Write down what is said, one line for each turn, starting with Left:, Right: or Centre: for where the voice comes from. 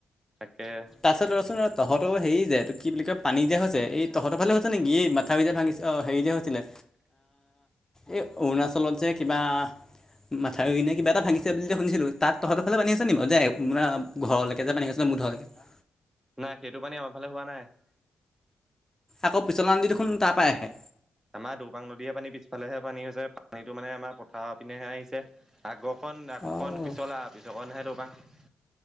Right: তাকে <unintelligible>
Left: পাছত ৰহ চোন ৰহ তহঁতৰ হেৰি যে এইটো কি বুলি কয় পানী যে হৈছে এই তহঁতৰ ফালে হৈছে নেকি এই মাথাউৰি যে ভাঙিছে? <inaudible> অঁ! হেৰি যে হৈছিলে এই <inaudible> অৰুণাচলত যে কিবা মাথাউৰি নে <unintelligible> কিবা এটা ভাঙিছে বুলি যে শুনিছিলো তাত তহঁতৰ ফালে পানী আছে নি বাৰু যে আ ঘৰলৈকে যে পানী গৈছিলে মুধলৈকে? <inaudible>
Right: নাই সেইটো পানী আমাৰ ফালে হোৱা নাই। <inaudible>
Left: আকৌ পিছলা <unintelligible> দেখোন তাৰ পাই আহে।
Right: আমাৰ দৌপাং নদীহে পানী পিছফালেহে পানী হৈছে। পানীটো মানে আমাৰ পথাৰৰ পিনেহে আহিছে। <inaudible> আগৰখন-আগৰখন
Left: অঁ
Right: পিছলা পিছৰখনহে দৌবাং। <unintelligible>